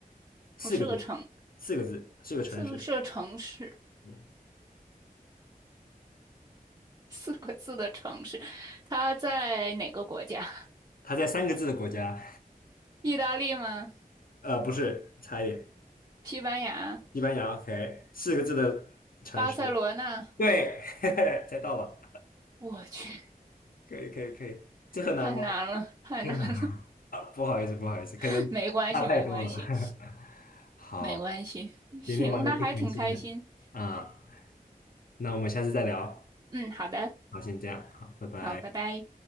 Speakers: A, on the left; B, on the right.
A: 四个字，
B: 我是个城，
A: 四个字，四个城市。
B: 四个是个城市，
A: 嗯，
B: 四个字的城市。它在哪个国家？
A: 它在三个字的国家，
B: 意大利吗？
A: 呃，不是，差一点，
B: 西班牙？
A: 西班牙，OK，四个字的城市。
B: 巴塞罗那？
A: 对，<laughs> 嘿嘿，猜到了，
B: 我去，
A: 可以，可以，可以。这很难吗？
B: 太难了，太难了。
A: 太难了，啊不好意思，不好意思，可能
B: <laughs> 没关系，
A: 差太多了。
B: 没关系，
A: <laughs> 好，
B: 没关系。
A: 今天玩的挺开心的
B: 行，那还挺开心。
A: 啊，那我们下次再聊。
B: 嗯，好的，
A: 好，先这样，好，拜拜。
B: 好，拜拜。